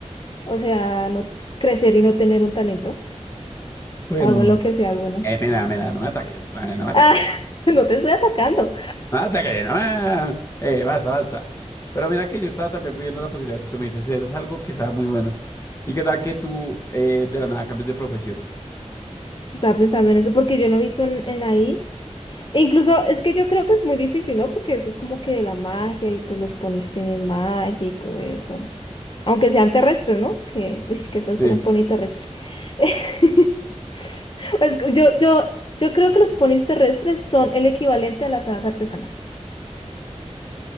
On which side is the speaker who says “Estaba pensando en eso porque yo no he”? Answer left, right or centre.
Left